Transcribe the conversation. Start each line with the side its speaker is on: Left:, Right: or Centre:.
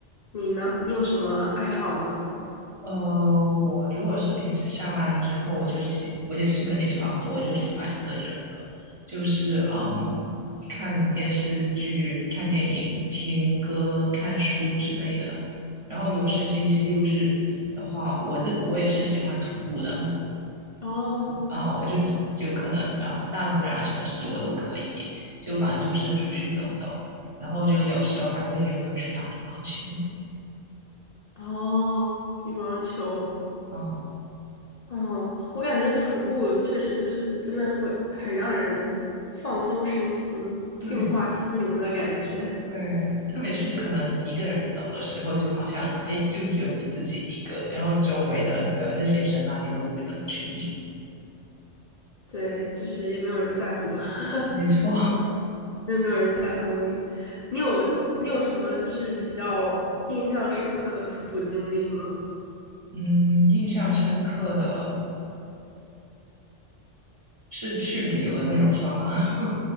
Left: 你呢？你有什么爱好吗？
Right: 呃，我如果是平时下班之后，我就喜，我也是跟你差不多，就喜欢一个人的，就是嗯，看电视剧、看电影、听歌、看书之类的。然后如果是星期六日的话，我自我也是喜欢徒步的，
Left: 哦
Right: 啊、我就就可能啊、大自然、城市我都可以，就反正就是出去走走，然后就有时候还会约朋友去打羽毛球。
Left: 哦，羽毛球。
Right: 啊，
Left: 哦，我感觉徒步确实就是真的会很让人放松身心、
Right: 对
Left: 净化心灵的感觉。
Right: 对，特别是可能你一个人走的时候，就好像哎，就只有你自己一个，然后周围的那个那些人啊，你都不会怎么去理。
Left: 对，就是也没有人在乎。<laughs>
Right: 没错，
Left: 没有没有人在乎你。你有你有什么就是比较印象深刻的徒步经历吗？
Right: <laughs> 嗯，印象深刻的是去旅游的那种算吗？<laughs>